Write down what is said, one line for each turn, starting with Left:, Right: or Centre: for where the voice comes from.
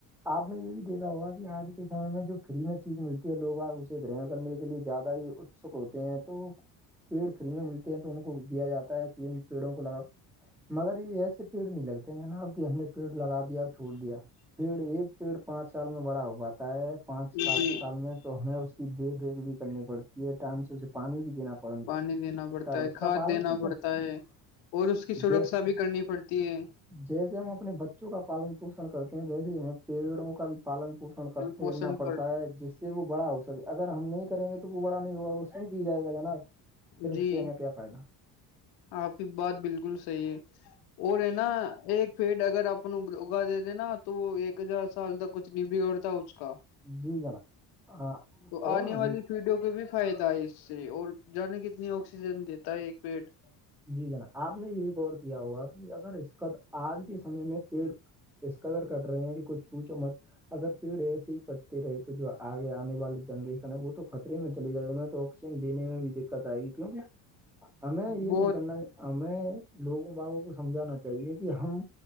Centre: آپ نے یہ بھی دیکھا ہوگا کہ آج کے سے میں جو فری میں چیز ملتی ہے لوگ ا اسے گرن کرنے کے لیے زیادہ ہی اتسک ہوتے ہیں تو پیڑ فری میں ملتے ہیں تو ان کو دیا جاتا ہے کہ پیڑوں کو لگا مگر یہ ایسے پیڑ نہیں لگتے ہیں ن نا اب کہ ہم نے پیڑ لگا دیا اور چھوڑ دیا پیڑ یہ پیڑ پانچ سال میں بڑا ہو پاتا ہے پانچ سال
Left: جی
Centre: میں تو ہمیں اس کی دیکھ ریکھ بھی کرنی پڑتی ہے ٹائم سے اسے پانی بھی دینا پڑتا پڑ
Left: پانی دینا پڑتا ہے
Centre: اس
Left: کھاد
Centre: کا پالن
Left: دینا
Centre: پوشن
Left: پڑتا ہے اور اس کی سرکشا
Centre: جے
Left: بھی کرنی پڑتی ہے
Centre: جیسے ہم اپنے بچوں کا پالن پوشن کرتے ویسے ہی ہمیں پیڑوں کا بھی پالن پوشن کرتےنا
Left: پوشن
Centre: پڑتا
Left: کر
Centre: ہے جس سے وہ بڑا ہو سکے اگر ہم نہیں کریں گے تو وہ بڑا نہیں ہوگا وہ سو کی جائے گا جناب پھر اس
Left: جی
Centre: سے ہمیں کیا فائدہ
Left: آپ کی بات بالکل صحی ہے اور ہے نا ایک پیڈ اگر اپپ اگا د د نا تو وہ ایک ہزار سال تک کچھ نہیں بگڑتا اس کا
Centre: جی جناب ہاں
Left: تو
Centre: اور
Left: آنے
Centre: ہم
Left: والی پیڑوں کو بھی فائدہ ہے اس سے اور جانے کتنی آکسیجن دیتا ہے ایک بیڈ
Centre: جی جناب آپ نے یہ بھی غور کیا ہوگا کہ اگر اس کا آج کے سمے میں پیڑ اس قدر کرٹ رہے ہیں کہ کچھ پوچھو مت اگر پیڑ ایسے ہی کٹتی رہے تو جو آگے آنے والی جنریشن ہے وہ تو خطرے میں چلی جائے ان میں تو دینے میں بھی دقت آئے گی کیوں ہمیں یہ
Left: بہت
Centre: نہیں کرنا ہمیں لوگوں بگوں کو سمجھانا چاہیے کہ ہم